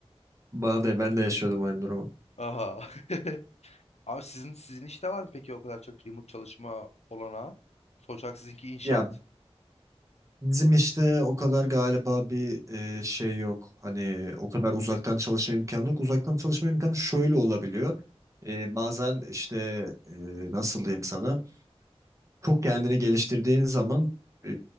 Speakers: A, on the right; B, on the left.
A: bana da ben de yaşıyordum aynı durumu.
B: Aha. <laughs> Abi sizin sizin işte var mı peki o kadar çok remote çalışma olanağı? Sonuç olarak sizinki inşaat.
A: Ya Bizim işte o kadar galiba bir e, şey yok. Hani o kadar uzaktan çalışma imkanı yok. Uzaktan çalışma imkanı şöyle olabiliyor. E, bazen işte e, nasıl diyeyim sana? çok kendini geliştirdiğin zaman e,